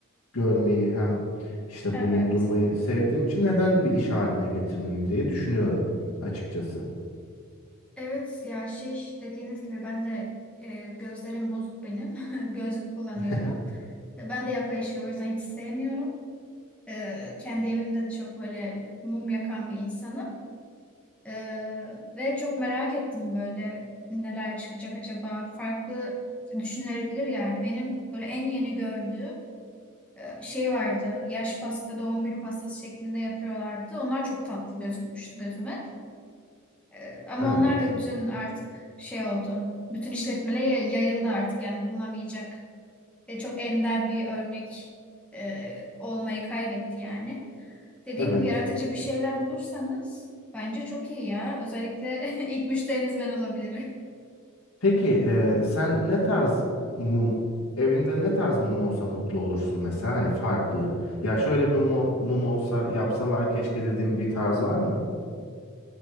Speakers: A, on the left; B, in the centre.
A: görmeyi hem işte
B: Evet.
A: bulundurmayı sevdiğim için neden bir iş haline getirmeyeyim diye düşünüyorum açıkçası.
B: Evet ya şey dediğiniz gibi ben de e, gözlerim bozuk benim. <laughs> Gözlük kullanıyorum.
A: <laughs>
B: Ben de yapay ışığı o yüzden hiç sevmiyorum. E, kendi evimde de çok böyle mum yakan bir insanım. Ee, ve çok merak ettim böyle neler çıkacak acaba farklı düşünülebilir yani benim böyle en yeni gördüğüm e, şey vardı yaş pasta doğum günü pastası şeklinde yapıyorlardı onlar çok tatlı gözükmüştü gözüme Ee, ama
A: Evet.
B: onlar da bütün artık şey oldu bütün işletmelere yay- yayıldı artık yani bulunamayacak ve çok ender bir örnek e, olmayı kaybetti yani. Dediğim
A: Evet.
B: gibi yaratıcı bir şeyler bulursanız bence çok iyi ya. Özellikle <laughs> ilk müşteriniz ben olabilirim.
A: Peki eee, sen ne tarz mum evinde ne tarz mum olsa mutlu olursun mesela hani farklı. Ya şöyle bir mum, mum olsa yapsalar keşke dediğin bir tarz var mı?